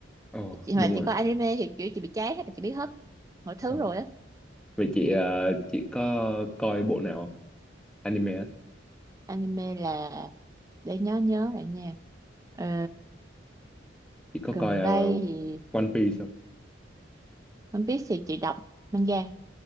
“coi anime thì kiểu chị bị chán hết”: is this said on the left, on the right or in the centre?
Right